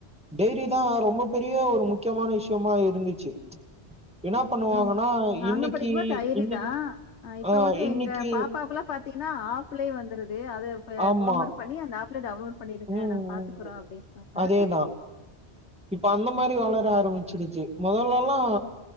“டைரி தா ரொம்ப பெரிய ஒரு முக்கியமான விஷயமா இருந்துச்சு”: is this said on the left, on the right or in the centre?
Centre